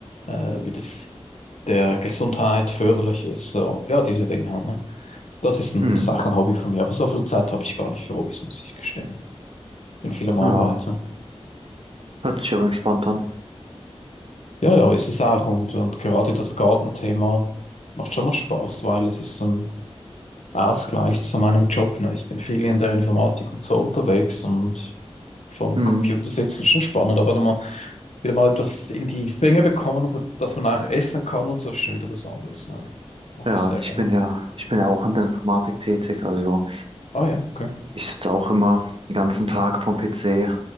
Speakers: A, on the left; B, on the right.
A: äh, wie das der Gesundheit förderlich ist. So, ja, diese Dinge halt, ne? Das ist ein,
B: Hm.
A: das ist auch ein Hobby von mir, aber so viel Zeit habe ich gar nicht für Hobbys, muss ich gestehen. Bin viel am Arbeiten.
B: Ja, hört sich aber entspannt an.
A: Ja, ja, ist es auch. Und, und gerade das Gartenthema macht schon noch Spaß, weil es ist so ein Ausgleich zu meinem Job. Ne? Ich bin viel in der Informatik und so unterwegs und vom
B: Hm.
A: Computer sitzen ist schon spannend, aber dann mal wieder mal etwas in die Finger bekommen, für das man auch essen kann und so ist schon wieder was anderes. Ne? Das mache
B: Ja,
A: ich sehr
B: ich
A: gerne.
B: bin ja, ich bin ja auch in der Informatik tätig, also.
A: Ah ja, okay.
B: Ich sitze auch immer den ganzen Tag vorm PC.